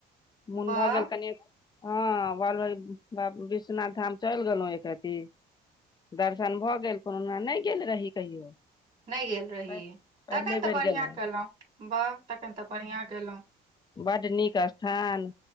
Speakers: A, on the left; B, on the right.
A: मोन
B: वाह
A: भ गेल कनि हँ ब बाबा विश्वनाथ धाम चल गेलहुँ एक रति दर्शन भ गेल कोनोना नय गेल रही कहियो।
B: नय गेल रही
A: पहिले
B: तखन त
A: बेर
B: बढ़िया
A: गेलहुँ
B: केलहुँ बाह तखनि त बढ़िया केलहुँं।
A: बड नीक स्थान